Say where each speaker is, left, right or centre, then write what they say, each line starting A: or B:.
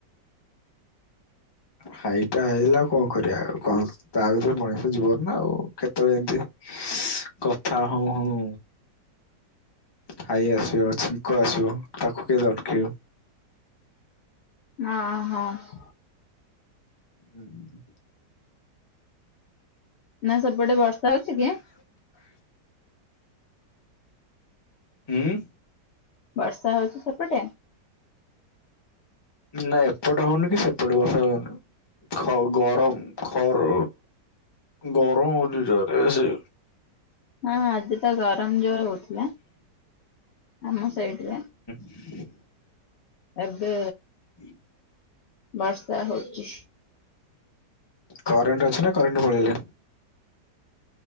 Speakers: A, on the left; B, on the left.
A: ହାଇ ଟା ଆଇଲା କଣ କରିବା ଆଉ କଣ। ତା ଭିତରେ ମଣିଷ ଜୀବନ ନା ଆଉ କେତେବେଳେ ଏମତି କଥା ହଉ ହଉଁ ହାଇ ଆସିବ ଛିଙ୍କ ଆସିବ ତାକୁ କେନ୍ତି ଅଟକେଇବୁ।
B: ହଁ ହଁ।
A: <unintelligible>
B: ନା ସେପଟେ ବର୍ଷା ହୋଉଛି କି ଆଁ?
A: ହୁଁ।
B: ବର୍ଷା ହୋଉଛି ସେପଟେ?
A: ନା ଏପଟେ ହୋଉନି କି ସେପଟେ ବର୍ଷା ହୋଉନି। ଖ ଗରମ୍ ଖର୍ ଗରମ୍ ହୋଉଛି ଜୋରେ ସେ
B: ହଁ ଆଜି ତ ଗରମ୍ ଜୋରେ ହୋଉଥିଲା ଆମ ସାଇଡ୍ ରେ।
A: <unintelligible>
B: ଏବେ
A: <inaudible>
B: ବର୍ଷା ହୋଉଛି।
A: କରେଣ୍ଟ ଅଛି ନା କରେଣ୍ଟ ପଳେଇଲା